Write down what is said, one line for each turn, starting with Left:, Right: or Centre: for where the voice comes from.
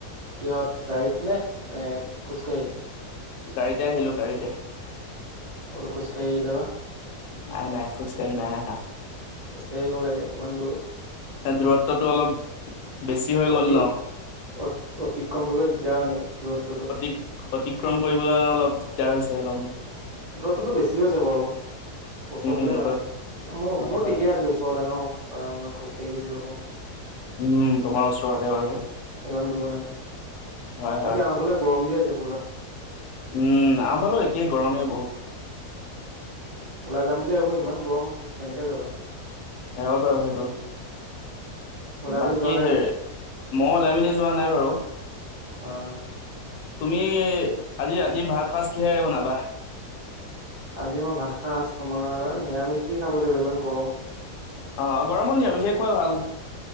Right: কিহত গাড়ীত নে? নে খোজকাঢ়ি?
Left: গাড়ীতে আহিলো গাড়ীতেই।
Right: মই বোলো খোজ কাঢ়ি আহিল বা।
Left: নাই নাই, খোজ কাঢ়ি নাই অহা।
Right: খোজকাঢ়িব লাগে ইমান দূৰ।
Left: এই দূৰত্বটো অলপ বেছি হৈ
Right: অতি
Left: গ'ল ন।
Right: অ অতিক্ৰম কৰিবলৈ দিগদাৰ হয় নেকি দূৰত্বটো।
Left: অতি অতিক্ৰম কৰিবলৈ অলপ দিগদাৰ হৈছে অলপ মোৰ।
Right: দূৰত্বটো বেছিও হৈছে বাৰু অলপ, ওচৰত
Left: উম
Right: হ'লে ভালেই।
Left: ব
Right: মো
Left: হয়
Right: মোৰ
Left: হয়
Right: ঠিকেই আছে, ওচৰতে ন, মই খোজকাঢ়ি গুচি যাব পাৰোঁ।
Left: উম, তোমাৰ ওচৰতেই বাৰু।
Right: ইমান দূৰ নাই,
Left: হয় হয়
Right: বাকী আমাৰ ফালে গৰম দি আছে পুৰা।
Left: উম, আমাৰ ফালেও একেই, গৰমেই বহুত।
Right: ওলাই যাম বুলি ভাবো, ইমান গৰম কেনেকে যাবা?
Left: সেও বাৰু সেইটো,
Right: ওলাই মেলি
Left: বাকী
Right: যোৱা নাই
Left: হে
Right: তুমি
Left: মই ওলাই মেলি যোৱা নাই বাৰু।
Right: অৱ।
Left: তুমি আজি ৰাতি ভাত সাঁজ কিহেৰে বনাবা?
Right: আজি মই ভাতসাঁজ তোমাৰ নিৰামিষ দি খাব লাগিব ইমান গৰম।
Left: অ গৰমত নিয়ামিষত নেকি খুৱাই ভাল।